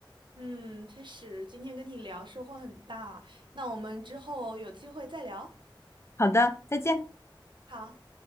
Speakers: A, on the right; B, on the left.
A: 嗯，确实，今天跟你聊收获很大。那我们之后有机会再聊。
B: 好的，再见。
A: 好。